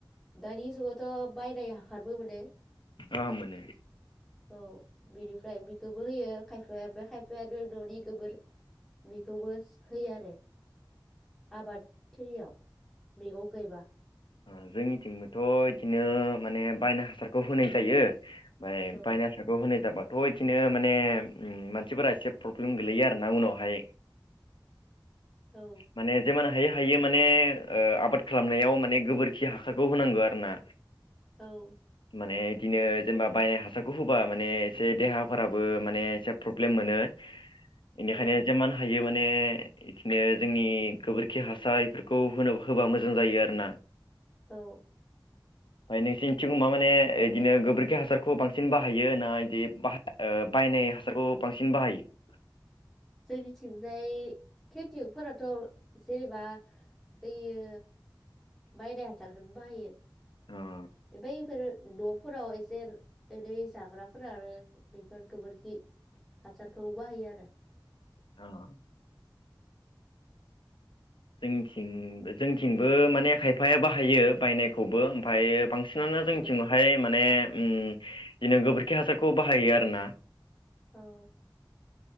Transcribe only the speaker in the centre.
दानि जुगावथ' बायनाय हाखारबो मोनो।
औ बिनिफ्राय बेखोबो होयो खायफाया ओमफाय खायफाया आरो न'नि गोबोर बेखौबोस होयो आरो। आबाद थिलिआव मेगं गायबा
औ
औ
औ।
औ
औ
जोंनिथिंजाय खेथियगफोराथ जेनेबा यो बायनाय हासारखौनो बाहायो।
बैफोर न'फोराव एसे ओरै जाग्राफोरा आरो बेफोर गोबोरखि हासारखौ बाहायो आरो
औ
औ